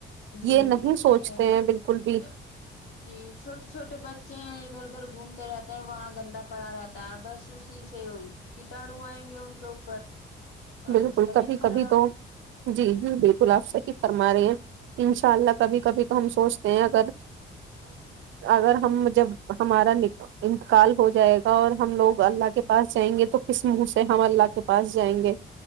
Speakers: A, on the left; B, on the right.
A: جی
B: یہ نہیں
A: یہ
B: سوچتے
A: ہے
B: ہیں بالکل بھی
A: جی چھوٹے چھوٹے بچے ہیں ادھر ادھر گھومتے رہتے ہیں وہاں گندا پڑا رہتا ہے بس اسی سے کیٹاڑو آئیں گے ان کے اوپر اور
B: بالکل
A: بس طبیعت
B: کبھی
A: خراب
B: کبھی تو جی جی بالکل آپ صحیح
A: جی
B: فرما رہے ہیں انشاء اللہ کبھی کبھی تو ہم سوچتے ہیں اگر اگر ہم جب ہمارا نکا انتقال ہو
A: جی
B: جائے گا اور ہم لوگ
A: جی
B: اللہ
A: جی
B: کے پاس جائیں گے تو اس منہ سے ہم اللہ کے پاس جائیں گے